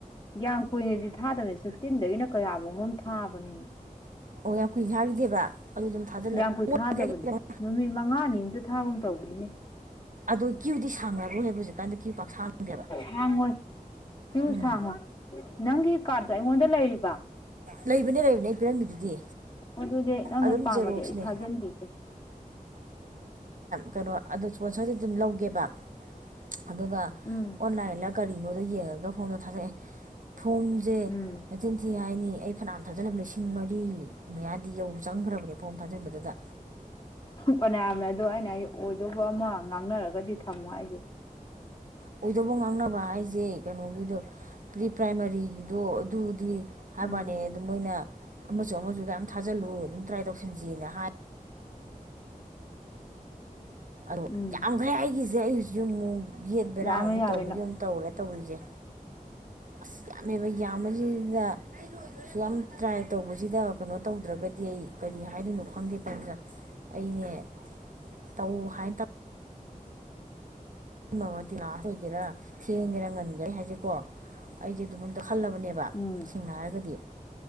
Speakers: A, on the left; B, on the right.
A: ꯌꯥꯝ ꯀꯨꯏꯅꯗꯤ ꯊꯥꯗꯕꯅꯤ ꯁꯤꯛꯁꯇꯤꯟꯗꯒꯤꯅ ꯀꯌꯥ ꯀꯩꯅꯣꯝ ꯊꯥꯕꯅꯤ
B: ꯑꯣ ꯌꯥꯝ ꯀꯨꯏꯅ ꯊꯥꯈꯤꯗꯦꯕ ꯑꯗꯨ ꯑꯗꯨꯝ ꯊꯥꯖꯤꯜꯂꯒ
A: ꯌꯥ ꯀꯨꯏ ꯊꯥꯗꯕꯅꯦ ꯅꯨꯃꯤꯠ ꯃꯉꯥꯅꯤ ꯊꯥꯒꯨꯝ ꯇꯧꯕꯅꯤꯅꯦ
B: ꯑꯗꯣ ꯀ꯭ꯌꯨꯗꯤ ꯁꯥꯡꯉꯔꯣꯏ ꯍꯥꯏꯕ ꯍꯧꯖꯤꯛꯀꯥꯟꯗ ꯀ꯭ꯋꯌꯨ ꯄꯥꯛ ꯁꯥꯡꯗꯦꯕ
A: ꯁꯥꯡꯉꯣꯏ ꯀ꯭ꯌꯨ
B: ꯎꯝ
A: ꯁꯥꯡꯉꯣꯏ ꯅꯪꯒꯤ ꯀꯥꯔꯠꯇꯣ ꯑꯩꯉꯣꯟꯗ ꯂꯩꯔꯤꯕ
B: ꯂꯩꯕꯅꯦ ꯂꯩꯕꯅꯦ ꯑꯩ ꯄꯤꯔꯝꯃꯤꯗꯨꯗꯤ
A: ꯑꯗꯨꯗꯤ ꯅꯪꯅ
B: ꯑꯗꯨꯝ
A: ꯄꯥꯝꯃꯗꯤ
B: ꯖꯦꯔꯣꯛꯁꯅꯦ
A: ꯑꯩ ꯊꯥꯖꯟꯕꯤꯒꯦ
B: ꯀꯅꯣ ꯑꯗꯣ ꯏꯁꯄꯣꯟꯁꯔꯗꯤ ꯑꯗꯨꯝ ꯂꯧꯒꯦꯕ ꯑꯗꯨꯒ
A: ꯎꯝ
B: ꯑꯣꯟꯂꯥꯏꯟꯂ ꯀꯔꯤꯅꯣ ꯌꯦꯡꯂꯥꯒ ꯐꯣꯝꯗꯣ ꯊꯥꯗꯛꯑꯦ ꯐꯣꯝꯁꯦ
A: ꯎꯝ
B: ꯃꯆꯤꯟ ꯊꯤ ꯍꯥꯏꯅꯤ ꯐꯅꯥ ꯌꯥꯝ ꯊꯖꯜꯂꯝꯃꯦ ꯂꯤꯁꯤꯡ ꯃꯔꯤ ꯃꯌꯥꯗꯤ ꯌꯧ ꯆꯪꯈ꯭ꯔꯕꯅꯦ ꯐꯣꯝ ꯊꯥꯖꯤꯟꯕꯗꯨꯗ
A: ꯐꯅꯌꯥꯝ ꯌꯥꯝꯃꯦ ꯑꯗꯣ ꯑꯩꯅ ꯑꯣꯏꯗꯧꯕ ꯑꯃ ꯉꯥꯡꯅꯔꯒꯗꯤ ꯊꯝꯃꯣ ꯍꯥꯏꯁꯦ
B: ꯑꯣꯏꯗꯧꯕ ꯉꯥꯡꯅꯕ ꯍꯥꯏꯁꯦ ꯀꯩꯅꯣꯒꯤꯗꯣ ꯄ꯭ꯔꯤ ꯄ꯭ꯔꯥꯏꯃꯥꯔꯤꯒꯤꯗꯣ ꯑꯗꯨꯗꯤ ꯍꯥꯏꯕꯅꯦ
A: ꯎꯝ
B: ꯑꯗꯨ ꯃꯣꯏꯅ <inaudible> ꯌꯥꯝ ꯊꯥꯖꯜꯂꯨ ꯑꯗꯨꯝ ꯇ꯭ꯔꯥꯏ ꯇꯧꯁꯟꯁꯤꯅ ꯍꯥꯏ ꯑꯗꯣ
A: ꯎꯝ
B: ꯌꯥꯝꯈ꯭ꯔꯦ ꯑꯩꯒꯤꯁꯦ ꯍꯧꯖꯤꯛꯁꯨꯃꯨꯛ ꯒꯦꯠ ꯕꯦꯔꯥ
A: ꯌꯥꯝꯃꯦ
B: ꯑꯃꯨꯛ
A: ꯌꯥꯝꯃꯦ
B: ꯇꯧꯕꯒꯤ
A: ꯅꯪ
B: ꯑꯃꯨꯛ ꯇꯧꯔꯦ ꯇꯧꯔꯤꯁꯦ ꯑꯁ ꯌꯥꯝꯕꯁꯤꯗ ꯑꯁꯨꯛ ꯌꯥꯝ ꯇꯔ ꯇꯧꯕꯁꯤꯗ ꯀꯩꯅꯣ ꯇꯧꯗ꯭ꯔꯒꯗꯤ ꯑꯩ ꯀꯔꯤ ꯍꯥꯏ ꯍꯥꯏꯗꯣꯏꯅꯨ ꯈꯪꯗꯦ ꯇꯅꯨꯖ ꯑꯩꯅꯦ ꯇꯧ ꯍꯥꯏ ꯇꯥ ꯑꯃꯃ ꯂꯥꯁ ꯑꯣꯏꯒꯦꯔꯥ ꯊꯦꯡꯒꯦꯔꯥ ꯉꯟꯒꯦꯔꯥ ꯑꯩ ꯍꯥꯏꯖꯦꯀꯣ ꯑꯩꯖꯦ ꯑꯗꯨꯝ ꯑꯝꯇ ꯈꯜꯂꯕꯅꯦꯕ
A: ꯎꯝ
B: ꯁꯦꯡꯅ ꯍꯥꯏꯔꯒꯗꯤ